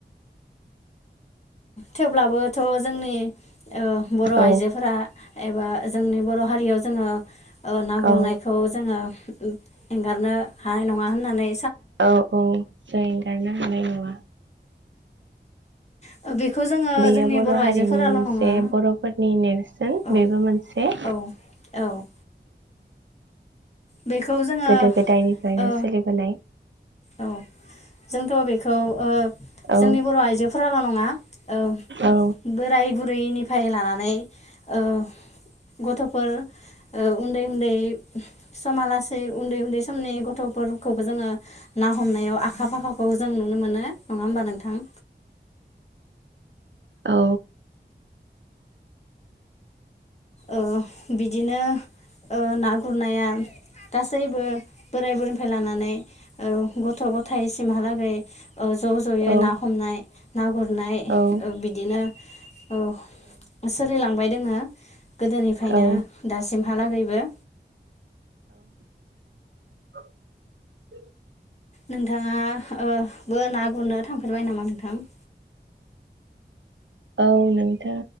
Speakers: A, on the left (about 35°); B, on the right (about 85°).
A: थेवब्लाबोथ' जोंनि ओ बर'
B: औ
A: आइजोफोरा एबा जोंनि बर' हारियाव जोङो ओ ना
B: औ
A: गुरनायखौ जोङो <inaudible> एंगारनो हानाय नङा होनना नै
B: औ औ जों एंगारनो हानाय नङा
A: औ बेखौ जोङो
B: बेयो
A: जोंनि
B: बर'
A: आइजोफोराल'
B: हारिनि मोनसे
A: नङा
B: बर'फोरनि नेरसोन
A: औ
B: बेबो मोनसे
A: औ औ बेखौ जोङो
B: गोदो गोदायनिफ्रायनो
A: ओ
B: सोलिबोनाय
A: औ जोंथ' बेखौ ओ
B: औ
A: जोंनि बर' आइजोफोराल' नङा ओ
B: औ
A: बोराय बुरैनिफ्राय लानानै ओ गथ'फोर ओ उन्दै उन्दै समालासेै उन्दै उन्दै समनि गथ'फोरखौबो जोङो ना हमनायाव आखा फाखाखौ जों नुनो मोनो नङा होमबा नोंथां?
B: औ
A: ओ बिदिनो ओ ना गुरनाया गासैबो बोराय बुरैनिफ्राय लानानै औ गथ' गथाय एसिमहालागै ओ ज' ज'यै
B: औ
A: ना हमनाय ना गुरनाय
B: औ
A: ओ बिदिनो औ सोलिलांबाय जोंहा गोदोनिफ्रायनो
B: औ
A: दासिमहालागैबो
B: <inaudible>
A: नोंथांङा ओ बो ना गुरनो थांफेरबाय नामा नोंथां?
B: औ नोंथां